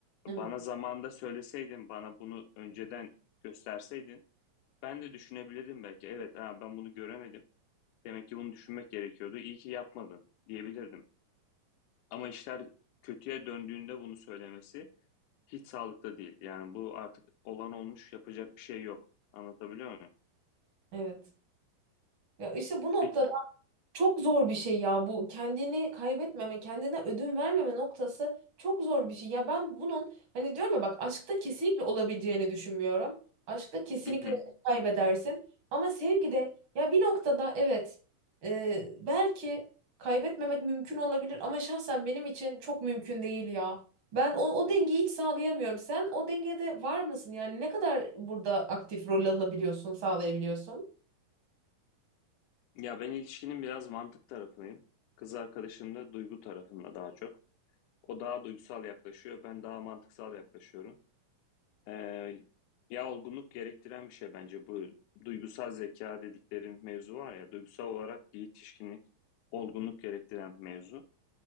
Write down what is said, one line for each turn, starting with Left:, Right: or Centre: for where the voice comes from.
Right: Evet,
Left: Bana zamanında söyleseydin, bana bunu önceden gösterseydin ben de düşünebilirdim belki. Evet, ha, ben bunu göremedim. Demek ki bunu düşünmek gerekiyordu. İyi ki yapmadın diyebilirdim. Ama işler kötüye döndüğünde bunu söylemesi hiç sağlıklı değil. Yani bu artık olan olmuş, yapacak bir şey yok. Anlatabiliyor muyum?
Right: evet. Ya işte bu nokta
Left: Peki,
Right: Çok zor bir şey ya bu kendini kaybetmeme, kendine ödün vermeme noktası çok zor bir şey. Ya ben bunun hani diyorum ya bak aşkta kesinlikle olabileceğini düşünmüyorum. Aşkta kesinlikle
Left: hı hı.
Right: kaybedersin. Ama sevgide ya bir noktada evet e, belki kaybetmemek mümkün olabilir ama şahsen benim için çok mümkün değil ya. Ben o, o dengeyi hiç sağlayamıyorum. Sen o dengede var mısın? Yani ne kadar burada aktif rol alabiliyorsun, sağlayabiliyorsun?
Left: Ya ben ilişkinin biraz mantık tarafındayım. Kız arkadaşım da duygu tarafında daha çok. O daha duygusal yaklaşıyor, ben daha mantıksal yaklaşıyorum. Ee, ya olgunluk gerektiren bir şey bence bu duygusal zeka dedikleri mevzu var ya, duygusal olarak yetişkinlik, olgunluk gerektiren mevzu.